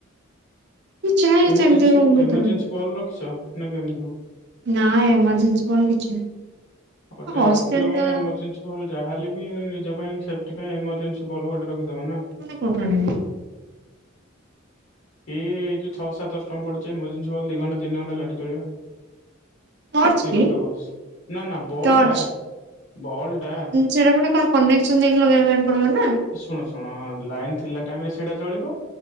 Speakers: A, on the right; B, on the left.
A: କିଛି ନାହିଁ
B: ଏମର୍ଜେନ୍ସି
A: ସେମିତି ରୁମ୍ ଭିତରେ
B: ଏମର୍ଜେନ୍ସି ବଲ୍ ରଖିଛ ନା କେମିତି
A: ନା ଏମର୍ଜେନ୍ସି ବଲ୍‌ କିଛି ନାହିଁ
B: ଗୋଟେ
A: ହଷ୍ଟେଲ
B: ରଖିଦବ ନା ଏମର୍ଜେନ୍ସି ବଲ ଯାହା ହେଲେ ବି ନିଜ ପାଇଁ ସେଫ୍ଟି ପାଇଁ ଏମରଜେନ୍ସି ଭଲ ଗୋଟେ ରଖିଦବ ନା
A: କଠଣ <inaudible>
B: ଏଇ ଯୋଉ ଛଅ ସାତଶ ଟଙ୍କା ପଡିୁଛି ଏମର୍ଜେସିବଲ୍ ଦି ଘଣ୍ଟା ତିନି ଘଣ୍ଟା ଲାଇଟି ଜଳିବ
A: ଟର୍ଚ୍ଚ
B: ସେ
A: କି
B: କଥା କହୁଛି ନା ନା ବଲ୍
A: ଟର୍ଚ୍ଚ
B: ଟା ବଲ୍‌ ଟା
A: ସେଇଟା ପୁଣି କଣ କନେସନ୍‌ ଦେଇକି ଲଗେଇବା ପାଇଁ ପଡିବ ନା
B: ଶୁଣ ଶୁଣ ଲାଇନ ଥିଲା ଟାଇମ୍ ରେ ସେଇଟା ଜଳିବ